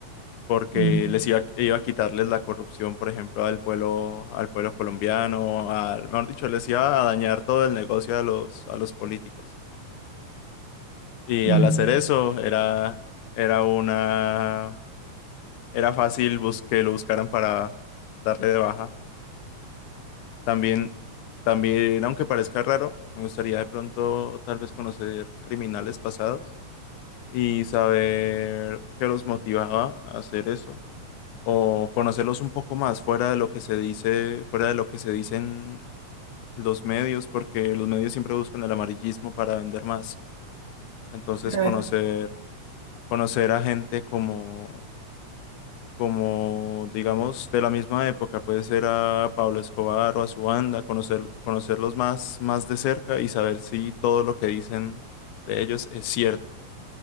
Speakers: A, on the left; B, on the right.
A: porque
B: mm,
A: les iba, iba a quitarles la corrupción, por ejemplo, al pueblo, al pueblo colombiano, al, mejor dicho, les iba a dañar todo el negocio a los, a los políticos. Y
B: mm.
A: al hacer eso era, era una, era fácil bus- que lo buscaran para darle de baja. También, también, aunque parezca raro, me gustaría de pronto tal vez conocer criminales pasados y saber qué los motivaba a hacer eso o conocerlos un poco más fuera de lo que se dice, fuera de lo que se dicen los medios, porque los medios siempre buscan el amarillismo para vender más. Entonces,
B: Claro,
A: conocer conocer a gente como como digamos de la misma época, puede ser a Pablo Escobar o a su banda, conocer, conocerlos más, más de cerca y saber si todo lo que dicen de ellos es cierto,